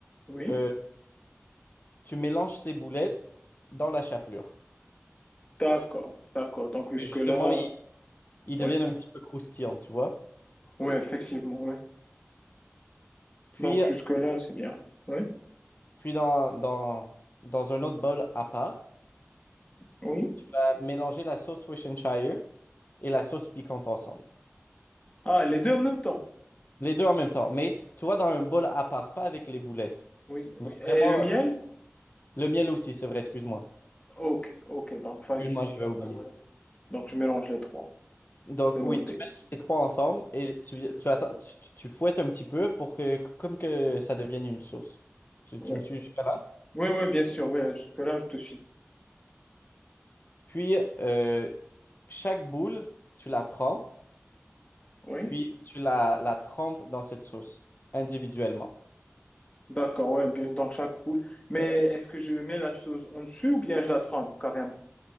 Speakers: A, on the left (about 25°); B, on the left (about 45°).
A: Oui,
B: euh, tu mélanges ces boulettes dans la chapelure.
A: d'accord, d'accord. Donc jusque-là,
B: Et Justement, il ils
A: ouais,
B: deviennent un petit peu croustillants, tu vois.
A: ouais, effectivement, ouais.
B: Puis,
A: Donc jusque-là, c'est bien. Oui,
B: puis dans, dans, dans un autre bol à part,
A: oui.
B: tu vas mélanger la sauce Worcestershire et la sauce piquante ensemble.
A: Ah, les deux en même temps.
B: Les deux en même temps, mais tu vois, dans un bol à part, pas avec les boulettes.
A: Oui,
B: Donc
A: oui.
B: vraiment,
A: Et le miel?
B: le miel aussi, c'est vrai, excuse-moi.
A: Ok, ok, donc vas-y.
B: Excuse-moi, j'avais oublié.
A: Ouais, ouais, ouais. Donc je mélange les trois.
B: Donc
A: C'est
B: oui,
A: noté.
B: tu mets les trois ensemble et tu, vi- tu, attends, tu, tu- tu fouettes un petit peu pour que, comme que ça devienne une sauce. Tu,
A: Ouais.
B: tu me suis jusqu'à là?
A: Oui, oui, bien sûr, oui, jusque-là, je te suis.
B: Puis, euh, chaque boule, tu la prends.
A: Oui.
B: puis tu la, la trempes dans cette sauce individuellement.
A: D'accord, ouais, bien dans chaque poule. Mais est-ce que je mets la chose en dessus ou bien je la trempe carrément?